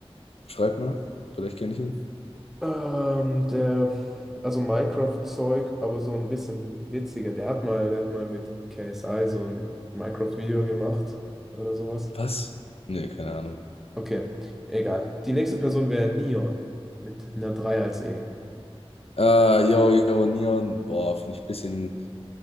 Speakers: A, on the left (about 75°); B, in the centre.
A: Schreib mal. Vielleicht kenne ich ihn.
B: Ähm, der, also Minecraft-Zeug, aber so ein bisschen witziger. Der hat mal, der hat mal mit KSI so ein Minecraft-Video gemacht oder sowas.
A: Was? Nee, keine Ahnung.
B: Okay, egal. Die nächste Person wäre Neon mit einer 3 als E.
A: Ah, yo, yo, Neon. Boah, finde ich ein bisschen.